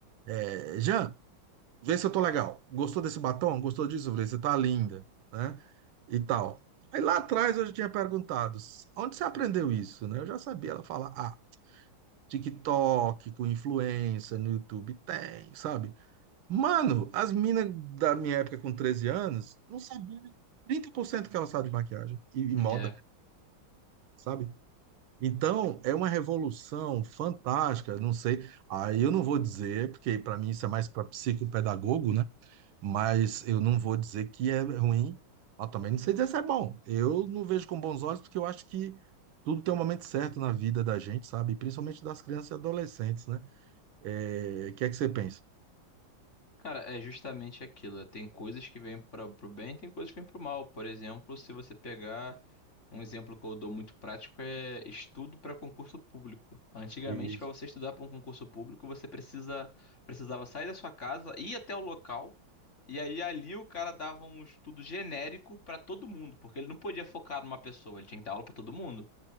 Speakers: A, on the right (about 80°); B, on the left (about 40°).
A: é, Vê se eu tô legal. Gostou desse batom? Gostou disso? Eu falei, você tá linda, né? E tal. Aí lá atrás eu já tinha perguntado, onde você aprendeu isso, né? Eu já sabia ela fala ah, TikTok, com influência, no YouTube tem, sabe? Mano, as minas da minha época com 13 anos não sabiam nem 30% que ela sabe de maquiagem e, e moda,
B: É.
A: sabe? Então, é uma revolução fantástica, não sei. Aí eu não vou dizer, porque para mim isso é mais para psicopedagogo, né? mas eu não vou dizer que é ruim, mas também não sei dizer se é bom. Eu não vejo com bons olhos, porque eu acho que tudo tem um momento certo na vida da gente, sabe? Principalmente das crianças e adolescentes, né? É, O que é que você pensa?
B: Cara, é justamente aquilo. Tem coisas que vêm para o bem, tem coisas que vêm para o mal. Por exemplo, se você pegar um exemplo que eu dou muito prático é estudo para concurso público. Antigamente,
A: Isso,
B: para você estudar para um concurso público, você precisa precisava sair da sua casa, ir até o local, e aí ali o cara dava um estudo genérico para todo mundo, porque ele não podia focar numa pessoa, ele tinha que dar aula para todo mundo.